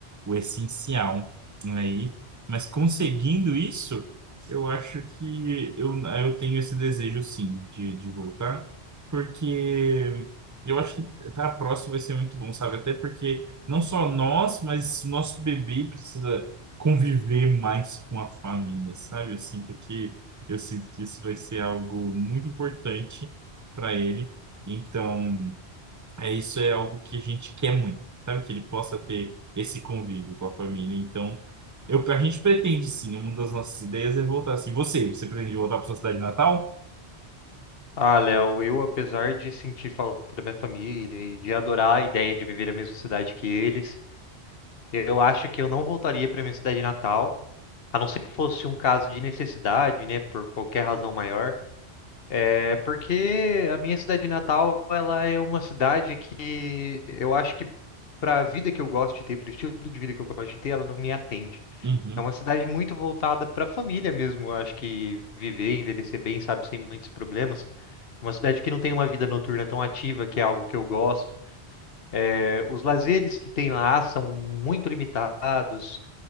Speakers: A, on the right; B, on the left.
A: o essencial aí. Mas conseguindo isso, eu acho que eu, eu tenho esse desejo, sim, de, de voltar, porque eu acho que estar próximo vai ser muito bom, sabe? Até porque não só nós, mas nosso bebê precisa conviver mais com a família, sabe? Eu sinto que eu sinto que isso vai ser algo muito importante para ele. Então, é isso é algo que a gente quer muito, sabe? Que ele possa ter esse convívio com a família. Então, eu, a gente pretende sim, uma das nossas ideias é voltar assim. Você, você pretende voltar para sua cidade natal?
B: Ah, Léo, eu, apesar de sentir falta da minha família e de adorar a ideia de viver a mesma cidade que eles, eu acho que eu não voltaria para minha cidade natal, a não ser que fosse um caso de necessidade, né, por qualquer razão maior. É porque a minha cidade natal, ela é uma cidade que eu acho que para a vida que eu gosto de ter, para o estilo de vida que eu gosto de ter, ela não me atende.
A: Uhum,
B: É uma cidade muito voltada para a família mesmo. Eu acho que viver, envelhecer bem, sabe, sem muitos problemas. Uma cidade que não tem uma vida noturna tão ativa, que é algo que eu gosto. É, os lazeres que tem lá são muito limitados.